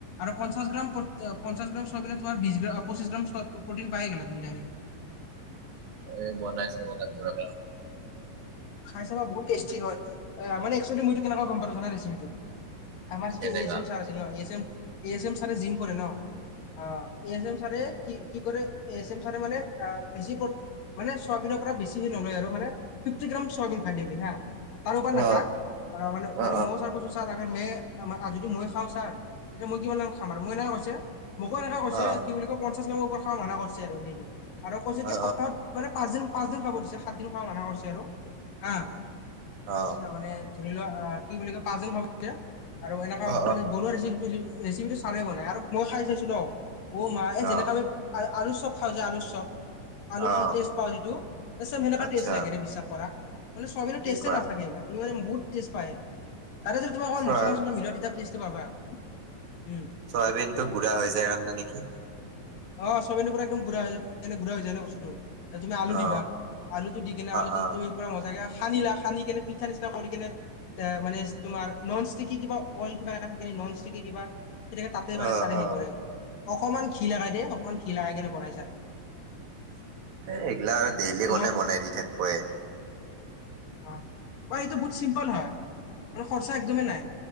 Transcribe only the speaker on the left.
আৰু পঞ্চাশ গ্ৰাম ত' পঞ্চাশ গ্ৰাম চয়াবিনত তোমাৰ বিশ গ্ৰা পচিছ গ্ৰাম প প্ৰটিন পায়ে গেলা তুমি ডাইৰেক্ট।
খাই চাবা বহুত টেষ্টি হয়, এ' মানে এক্সচুৱেলী মই এইটো কেনেকে গম পালো জানা ৰেচিপিটো? আমাৰ যিটো
এ এছ এম চাৰ আছিল ন, A S M A S M চাৰে জিম কৰে ন অ এ এছ এম। চাৰে কি কি কৰে এ এচ এম চাৰে মানে এ বেছি <unintelligible> মানে ছয় দিনৰ পৰা বেছিহে নলয় আৰু মানে। <unintelligible> চয়াবিন <unintelligible> তাৰ উপাৰ নাখায়
আৰু
মানে
মইয় ছাৰ কৈছো ছাৰ অগৰ মে যদি মই খাওঁ ছাৰ তেতিয়া মই কিমান‌ মান খাম আৰু মোক এনাকে কৈছে মোকো এনেকে কৈছে
কি বুলি কয় পঞ্চাশ গ্ৰামৰ ওপৰত খাব মানা কৰছে আৰু ডেইলি আৰু কৈছে
কি সপ্তাহত মানে পাঁচদিন - পাঁচদিন খাব দিছে সাত দিন খাব মানা কৰিছে আৰু। <unintelligible>
মানে ধৰি লোৱা আহ কি বুলি কয় পাঁচদিন খাব দিছে আৰু এনেকা
মানে বনোৱা ৰেচিপি ৰেচিপিটো ছাৰে বনাই আৰু মই খাই চাইছো ন। অ' মা এই
যেনাকে আমি আলু চপ খাওঁ যে আলুৰ চপ আলুৰ
যিটো টেষ্ট পাওঁ যিটো ছেম সেনেকা
টেষ্ট লাগে ৰে বিশ্বাস কৰা। মানে চয়াবিনৰ
টেষ্টে
নাথাকে ইমান তুমি মানে বহুত টেষ্ট পায় তাতে যদি তুমি অকন
মছলা চছলা মিলোৱা তেতিয়া টেষ্ট টো পাবা, উম।
অ' ছয়াবিনটো পুৰা একদম গুৰা হৈ যায় গুৰা হৈ যায় ন বস্তুটো। <unintelligible> তুমি আলু
দিবা আলুটো দি কিনে
আলুটো
তুমি পুৰা মজাকে সানিলা সানিকেনে পিঠা নিচনা কৰিকেনে মানে তোমাৰ নন ষ্টিকি কিবা অইল কিবা এনেকে থাকে নন কি কবা, তেতিয়া তাতে মানে
চাৰেহে
কৰে আৰু <inaudible> অকমান ঘি লাগাই দিয়ে, অকমান ঘি লাগাই কেনে বনাই ছাৰ।
নন
<unintelligible> অ এইটো বহুত চিম্পল হয় খৰচা একদমেই নাই